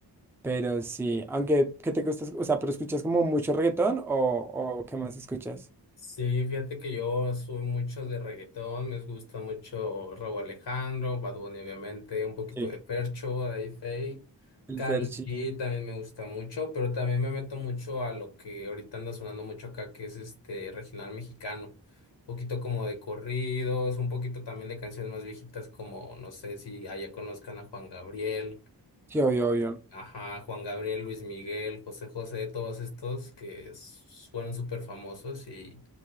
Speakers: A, in the centre; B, on the left.
A: pero sí, aunque, ¿qué te gusta? O sea, ¿pero escuchas como mucho reggaetón o, o qué más escuchas?
B: Sí, fíjate que yo soy mucho de reggaetón, me gusta mucho Rauw Alejandro, Bad Bunny obviamente, un poquito
A: Sí.
B: de Fercho, de Faye,
A: El
B: Karol
A: Ferchi,
B: G también me gusta mucho, pero también me meto mucho a lo que ahorita anda sonando mucho acá, que es este regional mexicano, un poquito como de corridos, un poquito también de canciones más viejitas como, no sé si allá conozcan a Juan Gabriel
A: sí, obvio, obvio.
B: Ajá, Juan Gabriel, Luis Miguel, José José, todos estos que s- fueron súper famosos y